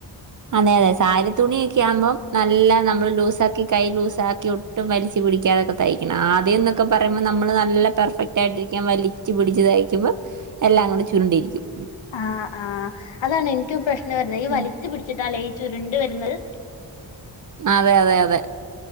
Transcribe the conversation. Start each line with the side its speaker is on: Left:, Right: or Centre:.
Right: അതെ അതെ സാരി തുണിയ ഒക്കെ ആകുമ്പോം നല്ല നമ്മള് ലൂസ ആക്കി കൈ ലൂസ ആക്കി ഒട്ടും വലിച്ചു പിടിക്കാതൊക്കെ തയ്ക്കണം ആദ്യം എന്നൊക്കെ പറയ്പോൾ നമ്മള് നല്ല പെർഫെക് ആട്ടിരിക്കാൻ വലിച്ച് പിടിച്ച് തയ്ക്കുമ്പോൾ എല്ലാം കൂടെ ചുരുണ്ടിരിക്കും
Left: ആഹ് ആഹ് അതാണ് എനിക്ക് പ്രശ്നം വരുന്നത് ഈ
Right: ഉം
Left: വലിച്ചു പിടിച്ചിട്ട് ലയിച്ചുരുണ്ട് വരുന്നത്
Right: അതെ അതെ അതെ